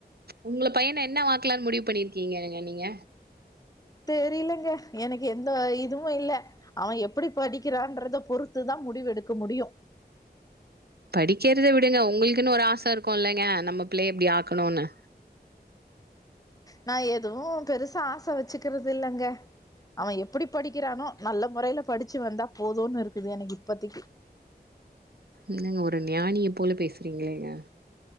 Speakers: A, on the right; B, on the left.
A: உங்க பையன என்ன வாக்கலாம்னு முடிவு பண்ணிருக்கீங்கங்க நீங்க
B: தெரிலங்க எனக்கு எந்த இதுவும் இல்ல. அவன் எப்படி படிக்கிறான்றத பொறுத்துதா முடிவெடுக்க முடியும்
A: படிக்கிறத விடுங்க உங்களுக்குன்னு ஒரு ஆச இருக்குலங்க நம்ம பிள்ளைய இப்டி ஆக்கணும்னு
B: நா எதுவு பெருசா ஆச வச்சுக்கிறது இல்லங்க. அவன் எப்டி படிக்கிறானோ நல்ல முறைல படிச்சு வந்தா போதுன்னு இருக்குங்க எனக்கு இப்பத்தைக்கு
A: நீங்க ஒரு ஞானிய போல பேசுறீங்களேங்க